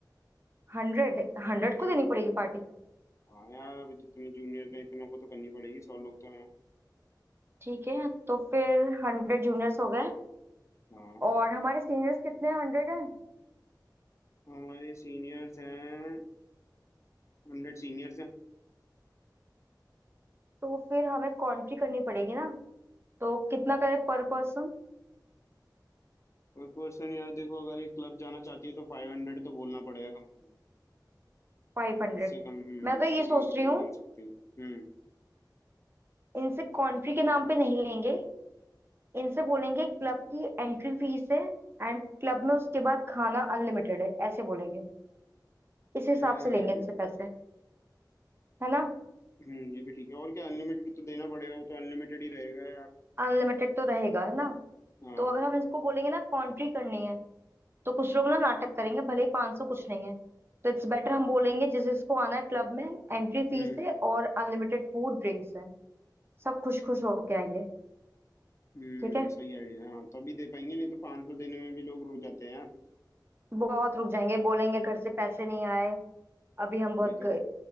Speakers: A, on the right (about 30°); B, on the left (about 40°).
A: हंड्रेड हंड्रेड
B: हाँ
A: को देनी पड़ेगी पार्टी
B: हाँ यार अभी जितने जूनियर हैं इतनों को तो करनी पड़ेगी सौ लोग तो हैं
A: ठीक है तो फिर हंड्रेड जूनियर्स हो गए
B: हाँ
A: और हमारे सीनियर्स कितने हंड्रेड हैं
B: हमारे सीनियर्स हैं हंड्रेड सीनियर्स हैं
A: तो फिर हमें कॉन्ट्री करनी पड़ेगी ना तो कितना करें पर पर्सन
B: पर पर्सन यार देखो अगर एक क्लब जाना चाहती है तो फाइव हंड्रेड तो बोलना पड़ेगा कम से कम
A: फाइव हंड्रेड
B: इससे कम हम्म
A: मैं तो
B: इससे
A: ये सोच
B: कम तो कहीं
A: रही हूँ
B: नहीं हो सकती हम्म
A: इनसे कॉन्ट्री के नाम पे नहीं लेंगे इनसे बोलेंगे क्लब की एंट्री फीस है एंड क्लब में उसके बाद खाना अनलिमिटेड है ऐसे बोलेंगे इस हिसाब
B: हम्म
A: से लेंगे इनसे पैसे है ना
B: हम्म ये भी ठीक है और क्या अनलिमिटेड तो देना पड़ेगा वो तो अनलिमिटेड ही रहेगा यार
A: अनलिमिटेड तो रहेगा है ना
B: हाँ
A: तो अगर हम इसको बोलेंगे ना कॉन्ट्री करनी है तो कुछ लोग ना नाटक करेंगे भले ही पांच सौ कुछ नहीं है तो इट्स बेटर हम बोलेंगे जिस जिसको आना है क्लब में एंट्री
B: हम्म
A: फीस है और अनलिमिटेड फूड ड्रिंक्स है सब खुश खुश होके आएंगे
B: हम्म
A: ठीक है
B: सही आइडिया है। हाँ तभी दे पाएंगे नहीं तो पाँच सौ देने में भी लोग रो जाते हैं यार
A: बहुत रुक जाएंगे बोलेंगे घर से पैसे नहीं आए अभी हम बहुत
B: वही तो